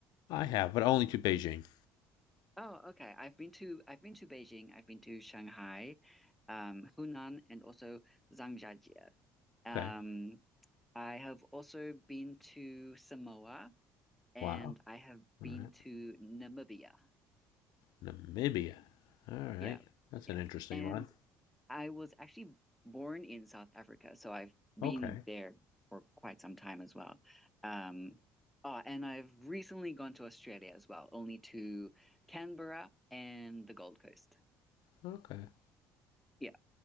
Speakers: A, on the left; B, in the centre.
A: I have, but only to Beijing.
B: Oh, okay. I've been to I've been to Beijing. I've been to Shanghai, um, Hunan, and also Zhangjiajie. Um,
A: Okay.
B: I have also been to Samoa, and
A: Wow.
B: I have
A: All
B: been
A: right.
B: to Namibia.
A: Namibia. All right.
B: Yeah,
A: That's
B: yeah.
A: an interesting
B: And
A: one.
B: I was actually born in South Africa, so I've been
A: Okay.
B: there for quite some time as well. Um, ah, and I've recently gone to Australia as well, only to Canberra and the Gold Coast.
A: Okay.
B: Yeah.